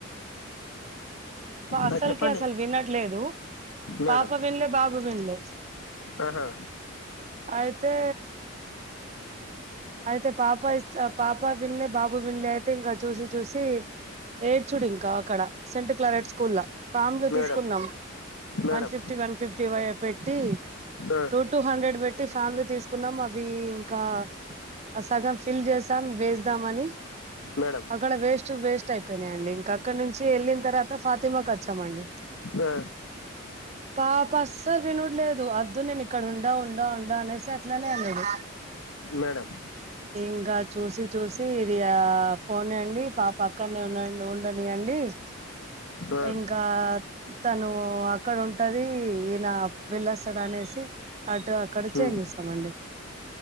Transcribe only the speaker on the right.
అసలుకి
అసలు వినట్లేదు పాప
విన్లే బాబు విన్లే
అయితే అయితే పాప ఇస్త పాప వినలే బాబు వినలే అయితే ఇంకా చూసి చూసి ఏడ్చుడు ఇంకా అక్కడ సెంట్ క్లారెట్ స్కూల్ల ఫార్మ్ లు
తీసుకున్నాం
one fifty one fifty పెట్టి
టూ టూ హండ్రెడ్ పెట్టి ఫార్మ్లు తీసుకున్నాం అవి ఇంకా ఆ సగం ఫిల్ చేస్ తాం వేస్దాం అని
అక్కడ వేస్ట్ వేస్ట్ అయిపోయినాయండి ఇంక అక్కడ నుంచి వెళ్ళిన తర్వా ఫాతిమాకు వచ్చామండి
పాప అస్సలు వినుడులేదు వద్దు నేను ఇక్కడ ఉండా ఉండా ఉండా అనేసి అట్లనే అన్నాడు
ఇంకా చూసి చూసి ఇది ఆ పోనియండి పాప అక్కనే ఉండ ఉండనియండి ఇంక్
ఇంకా తను అక్కడ ఉంటది ఈయన వెళ్లొస్తాడు అనేసి అటు అక్కడ చేంజ్
చేశామండి